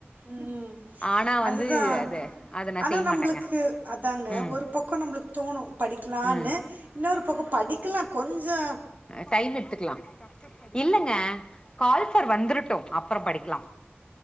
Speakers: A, on the right (about 40°); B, on the left (about 20°).
A: ம்
B: ஆனா
A: அதுதா
B: வந்து அது அத நா
A: ஆனா
B: செய்ய
A: நம்புளுக்கு
B: மாட்டேங்க
A: அதாங்க
B: ம்
A: ஒரு பக்கொ நம்பளுக்கு தோணு படிக்கலான்னு
B: ம்
A: இன்னொரு பக்கொ படிக்லா கொஞ்சொ
B: அ டைம் எடுத்துக்லா இல்லங்க கால்ப வந்துருட்டூ அப்பறம் படிக்லாம்